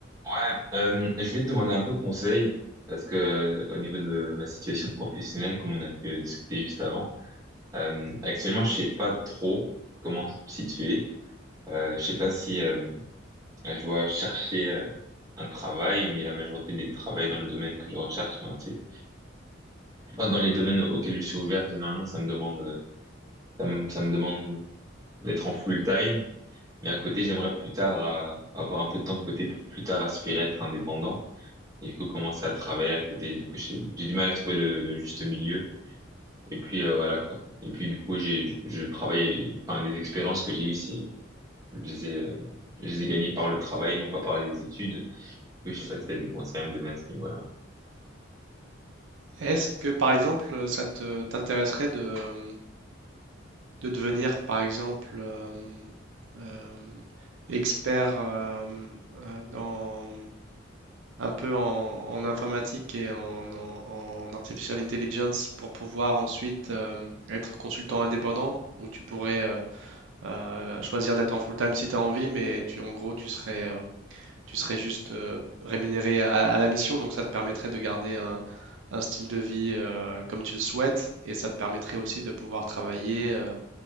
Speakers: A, on the right (about 20°); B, on the right (about 75°).
A: Ouais, euh, je vais te demander un peu conseil parce que euh, au niveau de ma situation professionnelle, comme on a pu euh, discuter juste avant, euh, actuellement je sais pas trop comment me situer. Euh, je sais pas si euh, je dois chercher euh, un travail, mais la majorité des travails dans le domaine que je recherche, ben, c'est- enfin, dans les domaines auxquels je suis ouvert, généralement ça me demande, euh, ça me, ça me demande d'être en full time. Mais à côté, j'aimerais plus tard euh, avoir un peu de temps de côté pour plus tard aspirer à être indépendant. Et du coup, commencer à travailler à côté. Du coup, j'ai j'ai du mal à trouver le, le juste milieu. Et puis, euh, voilà, quoi. Et puis, du coup, j'ai, je je travaille, enfin, les expériences que j'ai eues, c'est, je les ai, euh, je les ai gagnées par le travail, non pas par les études. Du coup, je sais pas si t'as des conseils à me donner à ce niveau-là.
B: Est-ce que, par exemple, euh, ça te t'intéresserait de, euh, de devenir, par exemple, euh, euh, expert euh, euh, dans un peu en, en informatique et en, en- en artificial intelligence pour pouvoir ensuite euh, être consultant indépendant, où tu pourrais euh, euh, choisir d'être en full-time si tu as envie, mais tu, en gros, tu serais euh, tu serais juste euh, rémunéré à, à la mission, donc ça te permettrait de garder un, un style de vie euh, comme tu le souhaites, et ça te permettrait aussi de pouvoir travailler euh,